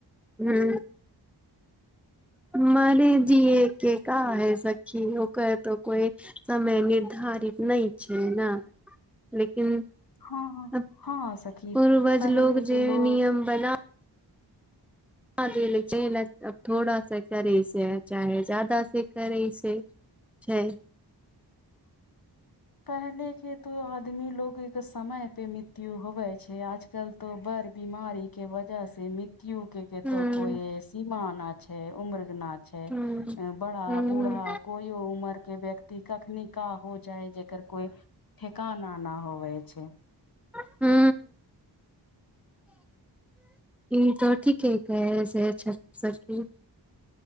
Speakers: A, in the centre; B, on the left (about 55°).
A: हू। मने जीए के का है सखी ओ कहै त कोइ। समय निर्धारित नहि छै ने लेकिन।
B: हँ
A: पूर्वज
B: हँ सखी पहले
A: लोक
B: तो
A: जे
B: लोग
A: नियम बना। ही अब थोड़ा सा करै से चाहे जादा से करै से। छै।
B: पहले के तो आदमी लोग एक समय पे मृत्यु होवै। आजकल तो बड़ बीमारी के वजह से मृत्यु के। के
A: हूं
B: त कोइ सीमा न छै उम्र न छै
A: हूं
B: बड़ा
A: हूं
B: बूढ़ा। कोय उमर के व्यक्ति कखन काह हो जाय जे। एकर कोई ठेकाना नहि होवे छै।
A: हू। ई तऽ ठीके कै से छी।